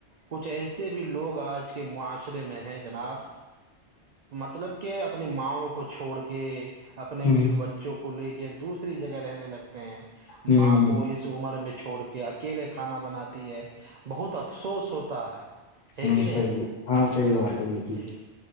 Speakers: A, on the right; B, on the left.
A: کچھ ایسے بھی لوگ آج کے معاشرے میں ہیں جناب مطلب کہ اپنی ماں کو چھوڑ کے اپنے
B: ہ
A: بچوں کو لے کے دوسری جگہ رہنے لگتے ہیں
B: ہ
A: ماں کو اس عمر میں چھوڑ کے اچھا کیلے کھانا بناتی ہے بہت افسوس ہوتا ہے ہے
B: ہ
A: کہ نہیں
B: صحیح ہے ہاں صحیح بات ہے بالکل
A: جی